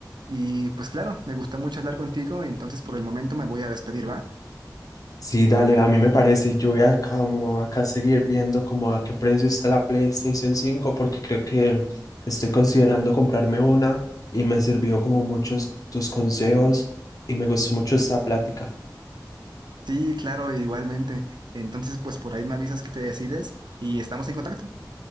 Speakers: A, on the right; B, on the left.
A: Y pues claro, me gustó mucho hablar contigo, entonces por el momento me voy a despedir, ¿va?
B: Sí, dale, a mí me parece, yo voy a como acá seguir viendo como a qué precio está la PlayStation cinco porque creo que estoy considerando comprarme una y me sirvió como muchos tus consejos y me gustó mucho esta plática.
A: Sí, claro, igualmente. Entonces pues por ahí me avisas que te decides y estamos en contacto.